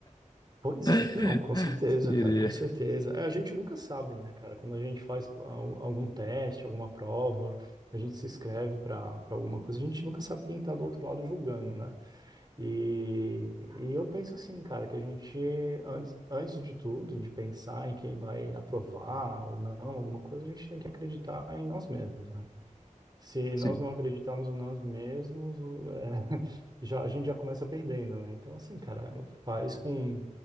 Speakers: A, on the right; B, on the left.
A: pois
B: <laughs>
A: é, não, com certeza,
B: Iria.
A: cara, com certeza. É, a gente nunca sabe, né, cara? Quando a gente faz al- algum teste, alguma prova, a gente se inscreve pra, pra alguma coisa, a gente nunca sabe quem tá do outro lado julgando, né? E, e eu penso assim, cara, que a gente, antes, antes de tudo, de pensar em quem vai aprovar ou não alguma coisa, a gente tem que acreditar em nós mesmos, né? Se nós
B: Sim.
A: não acreditarmos em nós mesmos, é, <laughs> já, a gente já começa perdendo, né? Então, assim, cara, faz com